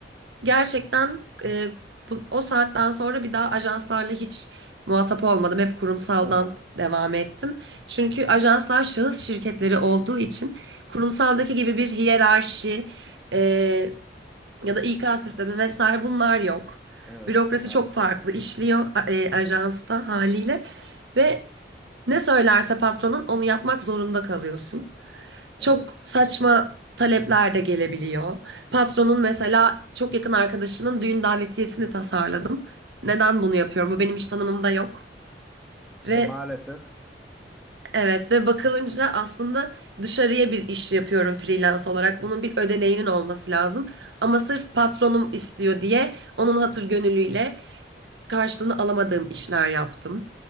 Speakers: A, on the right (about 85°); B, in the centre.
A: Gerçekten e, bu- o saatten sonra bir daha ajanslarla hiç muhatap olmadım. Hep kurumsaldan
B: Aha,
A: devam ettim. Çünkü ajanslar şahıs şirketleri olduğu için kurumsaldaki gibi bir hiyerarşi e, ya da İK sistemi vesaire bunlar yok.
B: evet
A: Bürokrasi
B: maalesef.
A: çok farklı işliyor a- e, ajansta haliyle ve ne söylerse patronun onu yapmak zorunda kalıyorsun.
B: Evet.
A: Çok saçma talepler de gelebiliyor. Patronun mesela çok yakın arkadaşının düğün davetiyesini tasarladım. Neden bunu yapıyorum? Bu benim iş tanımımda yok.
B: İşte
A: Ve
B: maalesef.
A: evet ve bakılınca aslında dışarıya bir iş yapıyorum freelance olarak. Bunun bir ödeneğinin olması lazım. Ama sırf patronum istiyor diye onun hatır gönüllüyle karşılığını alamadığım işler yaptım.